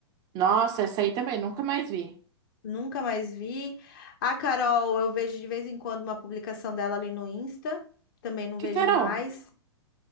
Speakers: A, on the right; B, on the left.
A: Nossa, essa aí também, nunca mais vi.
B: Nunca mais vi. A Carol, eu vejo de vez em quando uma publicação dela ali no Insta, também não
A: Que
B: vejo
A: Carol?
B: mais.